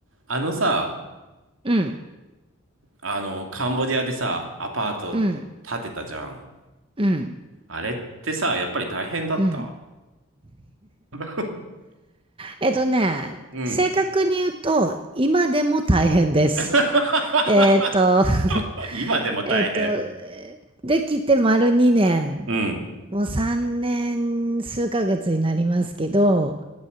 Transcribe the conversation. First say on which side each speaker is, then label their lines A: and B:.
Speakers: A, on the right; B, on the right.
A: あのさ、
B: うん、
A: あの、カンボジアでさ、アパート建てたじゃん。
B: うん、うん、
A: あれってさ、やっぱり大変だった
B: うん。
A: <laughs>
B: えっとね、
A: うん。
B: 正確に言うと、今でも大変です。
A: <laughs>
B: えっと、<laughs>
A: 今でも大変。
B: えっと、えーできて丸2年、
A: うん。
B: もう3年数ヶ月になりますけど、